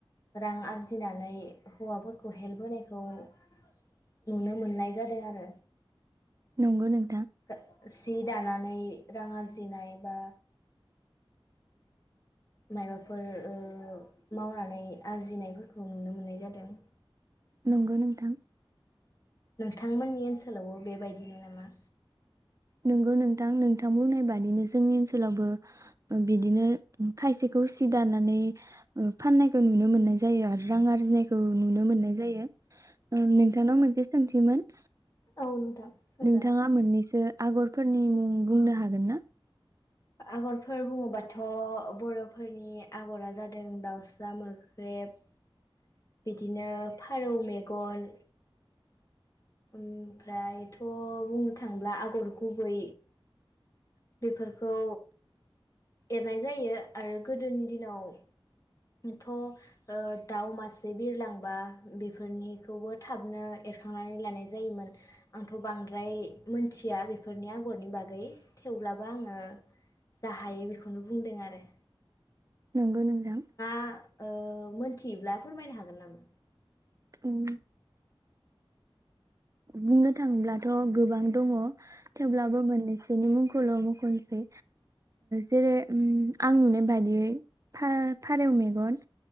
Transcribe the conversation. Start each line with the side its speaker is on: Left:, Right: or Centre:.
Left: रां आरजिनानै हौवाफोरखौ हेल्प होनायखौ नुनो मोननाय जादों आरो।
Right: नंगौ नों
Left: <unintelligible> जि दानानै रां आरजिनाय बा। मायबाफोर ओ मावनानै आरजिनायफोरखौ नुनो मोननाय जादों।
Right: नंगौ नोंथां।
Left: नोंथांमोननि ओनसोलावबो बेबायदिनो नामा
Right: नोंगौ नोंथां नोंथां बुंनाय बादिनो जोंनि ओनसोलावबो बिदिनो खायसेखौ सि दानानै फाननायखौ नुनो मोननाय जायो आरो रां आर जिनायखौ नुनो मोननाय जायो नोंथांनाव मोनसे सोंथिमोन।
Left: औ नोंथां सोंजागोन।
Right: नोंथाङा मोननैसो आगरफोरनि मुं बुंनो हागोन ना?
Left: आगरफोर बुङोबाथ' बर'फोरनि आगरा जादों दाउसा मोख्रेब। बिदिनो फारौ मेगन। ओमफ्रायथ' बुंनो थांब्ला आगर गुबै बेफोरखौ एरनाय जायो आरो गोदोनि दिनाव। थ' दाउ मासे बिरलांबा बेफोरनिखौबो थाबनो एरखांनानै लानाय जायोमोन आंथ' बांद्राय मोनथिया बेफोरनि आगरनि बागै थेवब्लाबो आङो जा हायो बेखौनो बुंदों आरो।
Right: नंगौ नोंथां।
Left: आ ओ मोनथियोब्ला फोरमायनो हागोन नामा?
Right: उम। बुंनो थाङोब्लाथ' गोबां दङ। थेवब्लाबो मोननि। बिनि मुंखौल' मुख'नोसै जेरै आं नुनाय बादियै फा-फारौ मेगन